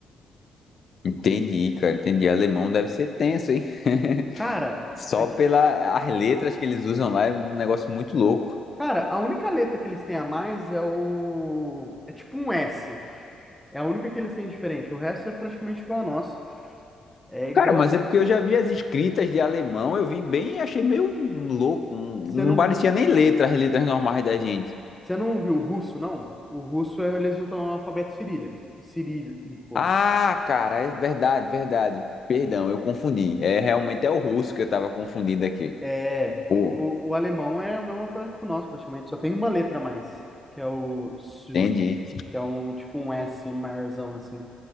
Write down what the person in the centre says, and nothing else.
Cara,
é que,
cara, a única letra que eles têm a mais é o. É tipo um S. É a única que eles têm diferente. O resto é praticamente igual ao nosso. É igualzinho.
Você não,
você não viu o russo, não? O russo é, eles usam o alfabeto cirílico. cirílico.
É.
O, o alemão é o mesmo alfabeto que o nosso, praticamente. Só tem uma letra a mais, que é o S,
que é um tipo um S maiorzão, assim.